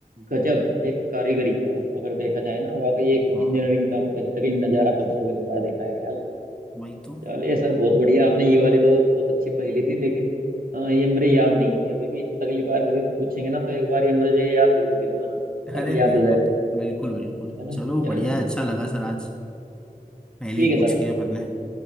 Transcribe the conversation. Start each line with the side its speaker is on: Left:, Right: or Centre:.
Right: गजब एक कारीगरी है वो अगर देखा जाए ना वाकई एक
Centre: हाँ
Right: इंजीनियरिंग का बेहतरीन नजारा पक्षियों
Centre: हम्म,
Right: के द्वारा दिखाया गया है उसमें
Centre: वही तो
Right: चलिए सर बहुत बढ़िया आपने ये वाली तो बहुत अच्छी पहेली थी लेकिन अ, ये मेरे याद नहीं हुई अभी भी अगली बार कभी पूछेंगे ना तो एक बार ये मुझे याद जरूर दिलवाना ताकि
Centre: अरे
Right: याद
Centre: बिल्कुल
Right: हो जाए
Centre: बिल्कुल बिल्कुल
Right: है ना
Centre: चलो
Right: चलिए
Centre: बढ़िया है अच्छा लगा सर आज पहले
Right: ठीक
Centre: ही
Right: है
Centre: पूछ
Right: सर
Centre: के अपन ने